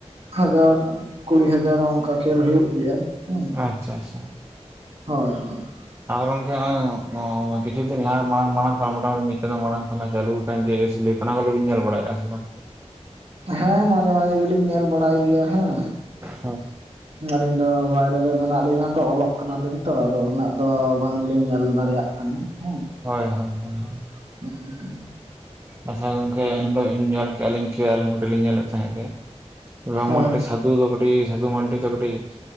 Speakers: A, on the right; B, on the right.
A: ᱦᱟᱡᱟᱨ ᱠᱩᱲᱤ ᱦᱟᱡᱟᱨ ᱚᱱᱠᱟ ᱠᱷᱮᱞ ᱦᱩᱭᱩᱜ ᱜᱮᱭᱟ ᱦᱩᱸ᱾
B: ᱟᱪᱪᱷᱟ ᱟᱪᱪᱷᱟ
A: ᱦᱳᱭ ᱦᱳᱭ
B: ᱟᱫᱚ ᱜᱚᱝᱠᱮ ᱦᱚᱼᱚᱭ ᱠᱤᱪᱷᱩ ᱫᱤᱱ ᱞᱟᱦᱟ ᱢᱟᱲᱟᱝ ᱢᱟᱲᱟᱝ ᱢᱟᱨᱚᱢ ᱢᱚᱴᱟ-ᱢᱩᱴᱤ ᱢᱤᱫ ᱪᱟᱸᱫᱚ ᱢᱟᱲᱟᱝ ᱠᱷᱚᱱᱟᱜ ᱪᱟᱹᱞᱩ <unintelligible> ᱚᱱᱟ ᱠᱚᱫᱚ ᱵᱤᱱ ᱧᱮᱞ ᱵᱟᱲᱟᱭᱮᱫᱼᱟ ᱥᱮ ᱵᱟᱝ?
A: ᱦᱮᱸ ᱢᱟᱡᱷᱮ ᱢᱟᱡᱷᱮ ᱫᱩᱞᱤᱧ ᱧᱮᱞ ᱵᱟᱲᱟᱭ ᱜᱮᱭᱟ ᱦᱮᱸ᱾
B: ᱦᱚ
A: ᱟᱹᱞᱤᱧ ᱫᱚ ᱵᱟᱭᱨᱮ ᱨᱮ ᱢᱮᱱᱟᱜ ᱞᱤᱧᱟ ᱛᱚ ᱚᱞᱚᱜ ᱠᱟᱱᱟᱞᱤᱧ ᱛᱚ ᱟᱫᱚ ᱩᱱᱟᱹᱜ ᱫᱚ ᱵᱟᱝᱞᱤᱧ ᱧᱮᱞ ᱫᱟᱲᱮᱭᱟᱜ ᱠᱟᱱᱟ ᱦᱮᱸ
B: ᱦᱳᱭ ᱦᱳᱭ ᱦᱳᱭ
A: <unintelligible>
B: ᱟᱪᱪᱷᱟ ᱜᱚᱝᱠᱮ ᱩᱱᱦᱤᱞᱚᱜ ᱤᱧ ᱧᱮᱞ ᱠᱮᱜ-ᱟ ᱞᱤᱧ ᱠᱷᱮᱞ ᱧᱮᱞᱮᱫ ᱛᱟᱦᱮᱸᱫ ᱜᱮ <unintelligible>
A: ᱦᱳᱭ
B: ᱥᱟᱫᱩ ᱫᱚ ᱠᱟᱹᱴᱤᱡ ᱥᱟᱫᱷᱩ ᱢᱟᱱᱰᱤ ᱫᱚ ᱠᱟᱹᱴᱤᱡ